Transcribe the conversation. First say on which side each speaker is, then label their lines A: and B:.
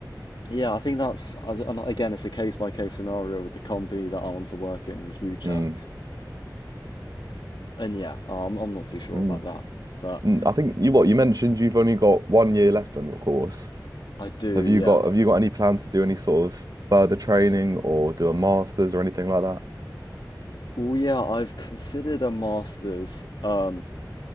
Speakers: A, on the left (about 80°); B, on the right (about 55°).
A: yeah, I think that's and again, it's a case by case scenario with the company that I want to work in in the future.
B: Mm,
A: And yeah, i I'm not too sure
B: mm,
A: about that, but
B: mm. I think you what you mentioned you've only got one year left on your course.
A: I do, yeah.
B: Have you got have you got any plans to do any sort of further training or do a master's or anything like that?
A: Well, yeah, I've considered a master's uh,